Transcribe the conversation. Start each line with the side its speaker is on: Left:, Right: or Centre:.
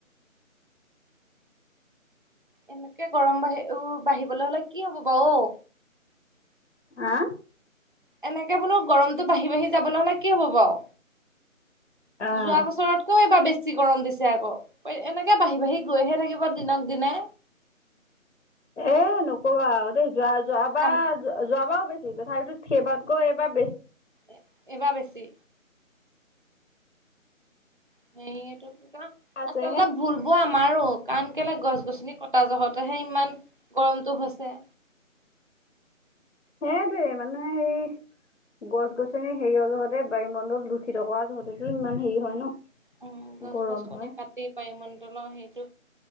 Right: এনেকে গৰম বাঢ়ি উ বাঢ়িবলে হ'লে কি হ'ব বাৰু অ।
Left: আহ।
Right: এনেকে বোলো গৰমতটো বাঢ়ি বাঢ়ি যাবলৈ হ'লে কি হ'ব বাউ।
Left: অ',
Right: যোৱা বছৰতকৈও এইবাৰ বেছি। বেছি গৰম দিছে আকৌ এনেকে বাঢ়ি বাঢ়ি গৈহে থাকিব দিনক দিনে।
Left: এ নকবা আউ দেই যোৱা যোৱাবাৰ
Right: আম
Left: যোৱাবাৰ। বেছি তথাপিতো সেইবাত গৈ এবাৰ বেছি।
Right: এ এইবাৰ বেছি। সেই এইটো কি কয়?
Left: আছেহে।
Right: আচলতে ভুলবোৰ আমা আমাৰো কাৰণ কেলে গছ গছনি কটা জহতেহে ইমান গৰমটো হৈছে।
Left: সেইটোৱে মানুহে সেই গছ গছনি হেৰীয় জহতে বায়ু মণ্ডল দূষিত কৰা জহতেটো ইমান হেৰী হয় ন।
Right: উম গছ
Left: গৰম
Right: গছনি
Left: হয়
Right: কাটি বায়ো মণ্ডলৰ সেইটো